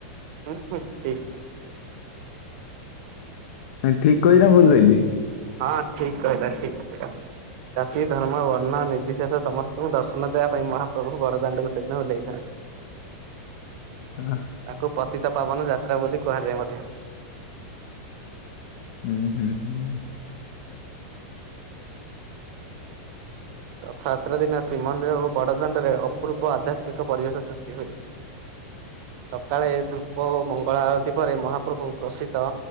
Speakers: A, on the right (about 55°); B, on the left (about 65°).
A: ଉଁ ଉଁ ଠିକ୍।
B: ଆଜ୍ଞା ଠିକ୍ କହିଲି ନା ଭୁଲ୍ କହିଲି?
A: ହଁ ଠିକ୍ କହିଲ ଠିକ୍ କହିଲ ଜାତି, ଧର୍ମ, ବର୍ଣ୍ଣ, ନିର୍ଦି ଶେଷ ସମସ୍ତଙ୍କୁ ଦର୍ଶନ ଦେବା ପାଇଁ ମହାପ୍ରଭୁ ବଡ଼ଦାଣ୍ଡକୁ ସେଦିନ ଓହ୍ଲେଇଥାନ୍ତି।
B: ଆଁ।
A: ତାକୁ ପତିତ ପାବନ ଯାତ୍ରା ବୋଲି କୁହାଯାଏ ମଧ୍ୟ।
B: ଉଁ ହୁଁ ହୁଁ।
A: ରଥଯାତ୍ରା ଦିନ ଶ୍ରୀମନ୍ଦିର ଓ ବଡ଼ଦାଣ୍ଡରେ ଅପୂର୍ବ ଆଧ୍ୟାତ୍ମିକ ପରିବେଶ ସୃଷ୍ଟି ହୁଏ। ସକାଳେ ଧୂପ ଓ ମଙ୍ଗଳା ଆଳତି ପରେ ମହାପ୍ରଭୁ ପ୍ରସିଦ୍ଧ